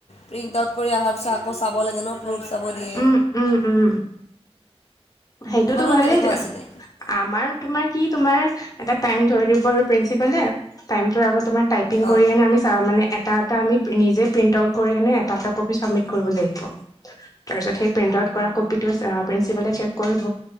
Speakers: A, on the left; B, on the left.
A: প্ৰিণ্ট আউট কৰি অহাৰ পিছত, আকৌ চাব লাগে ন', প্ৰুফ চাব দিয়ে।
B: উম উম উম সেইটোতো
A: তোমালোকৰ
B: ভালেই
A: কেনেকুৱা আছিলে?
B: আমাৰ, তোমাৰ কি তোমৰ, এটা টাইম ধৰি দিব প্ৰিন্সিপালে। টাইমটোৰ আগত তোমৰ, টাইপ পিং
A: অঁ
B: কৰি কেনে, আমি চাওঁ মানে, এটা এটা আমি, নিজে প্ৰিণ্টআউট কৰি কিনে, এটা- এটা কপি চাবমিট কৰিব লাগিব। তাৰপিছত, সেই প্ৰিণ্টআউট কৰা, কপিটো প্ৰিন্সিপালে চেক কৰিব।